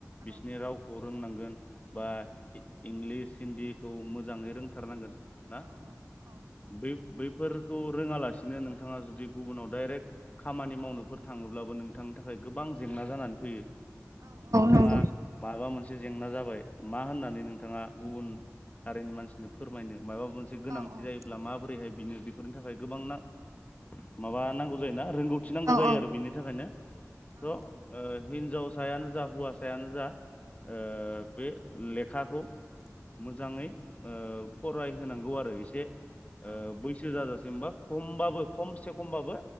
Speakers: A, on the left; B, on the right.
A: बिसिनि रावखौ रोंनांगोन बा इंलिस हिन्दीखौ मोजाङै रों थारनांगोन ना बै-बैफोरखौ रोङालास नो नोंथाङा जुदि गुबुनाव डाइरेक्ट खामानि मावनोफोर थाङोब्लाबो नोंथांनि थाखाय गोबां जेंना जानानै फैयो नोंथाङा
B: नंगौ
A: माबा मोनसे से जेंना जाबाय मा होननानै नोंथाङा गुबुन हारिनि मानसिनो फोरमायनो माबा मोनसे गोनांथि
B: औ औ
A: जायोब्ला माबोरैहाय बिनो बेफोरनि थाखाय गोबां ना माबा नांगौ जायोना रोंगौथि नांगौ
B: औ
A: जायो
B: औ
A: आरो बेनि थाखायनो त ओ हिनजावसायानो जा हौवासायानो जा ओ बे लेखाखौ मोजाङै ओ फरायहोनांगौ आरो एसे ओ बैसो जाजासिम बा खमबाबो खमसे खमबाबो